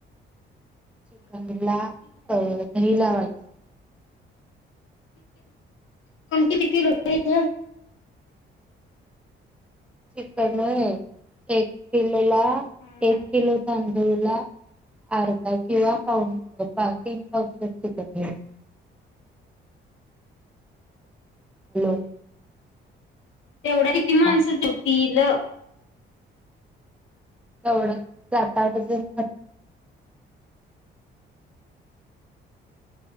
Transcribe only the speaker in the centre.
चिकनला अ दही लावायची.
चिक नाही एक किलो <unintelligible>
एक किलो तांदूळला, अर्ाधा किंवाऽ तीन पाव किलो चिकन घ्यायच. हॅलो
हा
एवढं,,, सात आठ, जण.